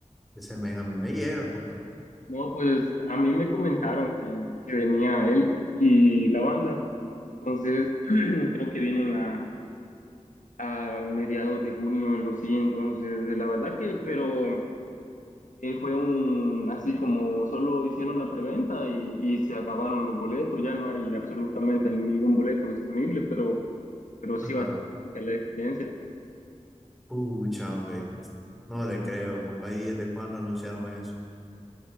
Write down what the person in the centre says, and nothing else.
Ese man a mí me llega, compa.
Ajá.
Pucha, hombre. No le creo, compa. ¿Y desde cuándo anunciaron eso?